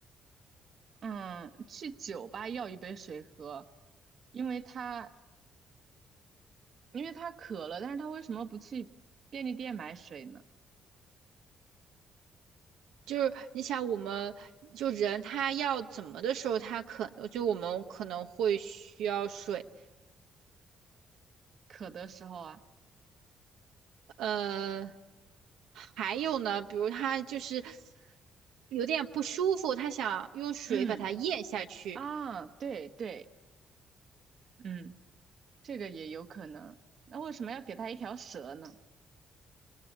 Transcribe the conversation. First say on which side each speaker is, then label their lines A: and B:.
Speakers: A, on the right; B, on the right.
A: 嗯，去酒吧要一杯水喝，因为他因为他渴了，但是他为什么不去便利店买水呢？
B: 就是你想，我们就人他要怎么的时候，他可就我们可能会需要水。
A: 渴的时候啊，
B: 呃，还有呢，比如他就是有点不舒服，他想用水把它咽下去。
A: 嗯啊，对对，嗯。这个也有可能。那为什么要给他一条蛇呢？